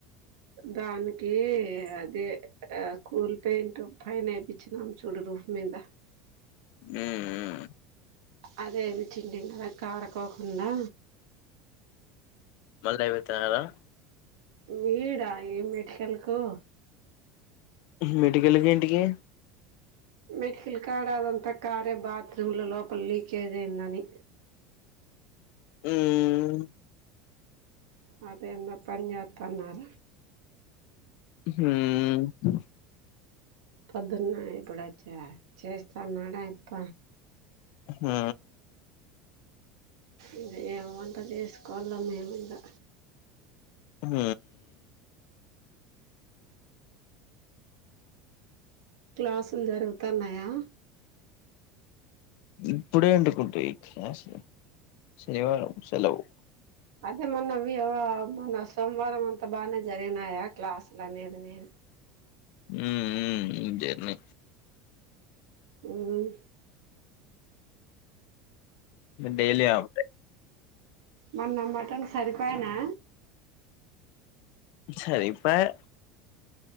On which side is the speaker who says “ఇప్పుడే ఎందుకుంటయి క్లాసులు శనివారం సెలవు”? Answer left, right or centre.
Left